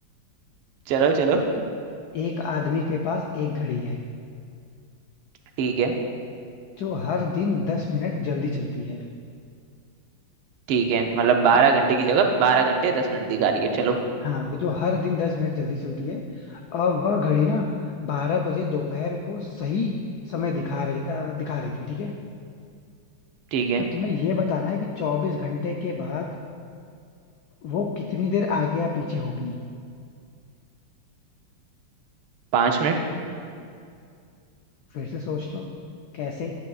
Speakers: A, on the right (about 85°); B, on the left (about 85°).
A: चलो चलो
B: ठीक है एक आदमी के पास एक घड़ी है
A: ठीक है
B: जो हर दिन दस मिनट जल्दी चलती है
A: ठीक है मतलब
B: ठीक
A: बारह
B: है
A: घंटे की जगह बारह घंटे दस मिनट दिखा रही है चलो
B: हाँ वो जो हर दिन दस मिनट जल्दी चलती है अब वह घड़ी ना बारह बजे दोपहर को सही समय दिखा रही अ, दिखा रही थी ठीक है
A: ठीक है
B: तो तुम्हें ये बताना है कि चौबीस घंटे के बाद वो कितनी देर आगे या पीछे होगी
A: पांच मिनट
B: फिर से सोच लो कैसे